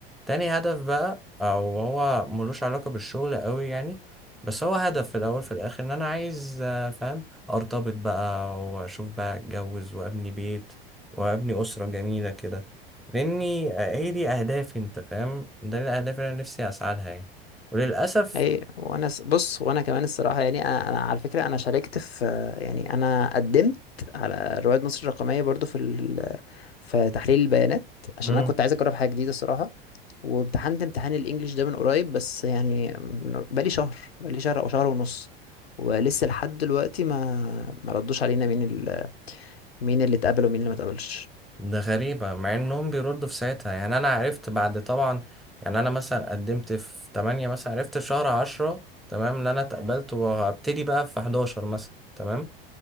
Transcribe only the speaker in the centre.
تاني هدف بقى او هو ملوش علاقه بالشغل قوي يعني بس هو هدف في الاول في الاخر ان انا عايز آه، فاهم ارتبط بقى واشوف بقى اتجوز وابني بيت وابني اسره جميله كده لاني آه، هي دي اهدافي انت فاهم ده الاهداف اللي انا نفسي اسعى لها يعني وللاسف
مم.
ده غريبة مع انهم بيردوا في ساعتها يعني انا عرفت بعد طبعا يعني انا مثلا قدمت في 8 مثلا عرفت شهر 10 تمام ان انا اتقبلت وهبتدي بقى في 11 مثلا تمام